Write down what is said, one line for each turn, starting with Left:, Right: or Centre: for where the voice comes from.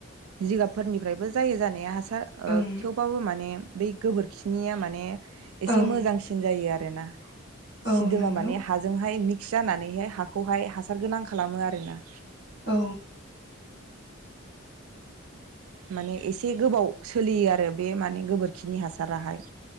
Right: जिगाबफोरनिफ्रायबो जायो जानाया हास सार ओ
Left: ओं
Right: थेवबाबो माने बै गोबोर बिखिनिया माने एसे
Left: ओं
Right: मोजांसिन जायो आरो ना
Left: औ
Right: सिदोमा
Left: नंगौ
Right: माने हाजोंहाय मि खि जानानैहाय हाखौहाय हासार गोनां खालामो आरो ना
Left: औ
Right: माने एसे गोबाव सोलियो आरो बे माने गोबोरखिनि हासाराहाय